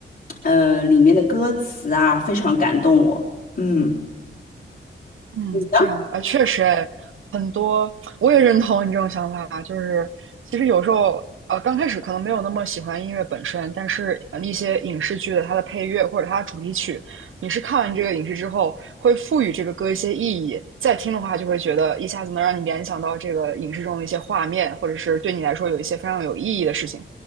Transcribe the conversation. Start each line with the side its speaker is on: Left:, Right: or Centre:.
Left: 呃里面的歌词啊，非常感动我。嗯，
Right: 嗯，
Left: 你呢？
Right: 这样啊，确实哎，很多我也认同你这种想法，就是其实有时候呃，刚开始可能没有那么喜欢音乐本身，但是呃一些影视剧的它的配乐或者它的主题曲，你是看完这个影视之后，会赋予这个歌一些意义，再听的话就会觉得一下子能让你联想到这个影视中的一些画面，或者是对你来说有一些非常有意义的事情，